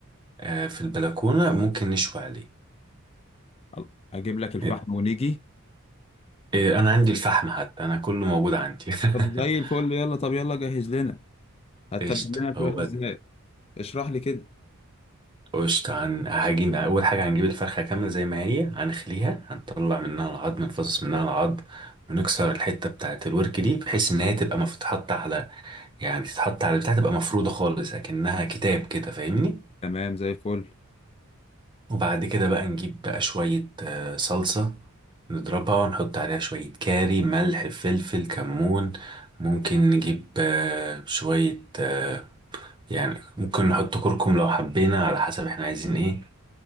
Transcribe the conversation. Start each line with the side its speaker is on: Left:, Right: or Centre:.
Right: آه، في البلكونة ممكن نشوي عليه
Left: الله. اجيب لك الفحم
Right: إيه
Left: ونيجي
Right: إيه، انا عندي الفحم حتى انا كله موجود عندي
Left: طب زي
Right: <laughs>
Left: الفل يلا طب يلا جهز لنا هتتبل
Right: قشطة
Left: لنا الفراخ
Right: هو
Left: ازاي اشرح لي كده
Right: قشطة هن... هجين أول حاجة هنجيب الفرخة كاملة زي ما هي هنخليها هنطلع منها العظم نفصص منها العظم ونكسر الحتة بتاعة الورك دي بحيث إن هي تبقى مف- تتحط على يعني تتحط على بتاع تبقى مفرودة خالص أكنها كتاب كده فاهمني
Left: تمام زي الفل
Right: وبعد كده بقى نجيب بقى شوية آه، صلصة نضربها ونحط عليها شوية كاري ملح فلفل كمون ممكن نجيب آه، شوية آه، يعني ممكن نحط كركم لو حبينا على حسب احنا عايزين ايه